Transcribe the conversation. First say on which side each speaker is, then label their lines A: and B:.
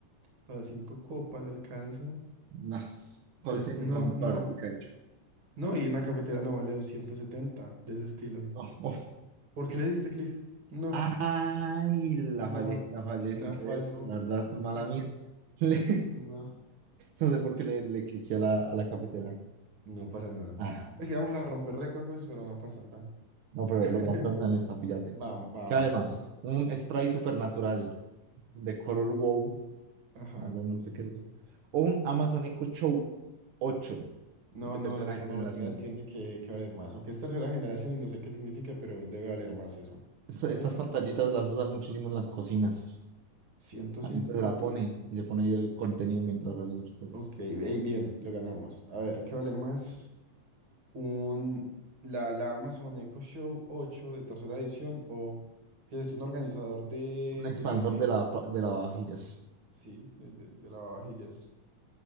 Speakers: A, on the right; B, on the right.
A: para cinco copas alcanza.
B: No, Holstein
A: creo. No,
B: es la más barata,
A: no.
B: de hecho.
A: No, y una cafetera no vale 270 de ese estilo.
B: Oh, oh.
A: ¿Por qué le diste clic? No,
B: Ay, la
A: no.
B: fallé, la fallé
A: La
B: sin creer,
A: falló.
B: la verdad, mala
A: Sí,
B: mía. <laughs> Le-
A: No.
B: no sé por qué le, le cliqué a la, a la cafetera.
A: No pasa nada.
B: Ah,
A: Pues íbamos a romper récord, pues, pero no pasa nada.
B: no, pero
A: <laughs>
B: lo rompemos en esta, píllate.
A: Va, va,
B: ¿Qué
A: va.
B: vale más?
A: me parece.
B: Un spray supernatural de color wow,
A: Ajá.
B: la verdad no sé qué es eso. O un Amazon Echo Show 8
A: No,
B: de
A: no,
B: tercera
A: la tecnología
B: generación.
A: tiene que, que valer más. Aunque es tercera generación y no sé qué significa, pero debe valer más eso.
B: Esta- Estas
A: Uf,
B: pantallitas las usan muchísimo en las cocinas.
A: ciento
B: A
A: cinco
B: mí se la pone
A: y...
B: y se pone contenido mientras hace sus cosas.
A: Ok, ey, bien, lo ganamos. A ver, ¿qué vale más? Un, la, la Amazon Echo Show 8 de tercera edición o que es un organizador de,
B: Un expansor
A: de
B: de la, pa- de lavavajillas.
A: sí, de, de, de lavavajillas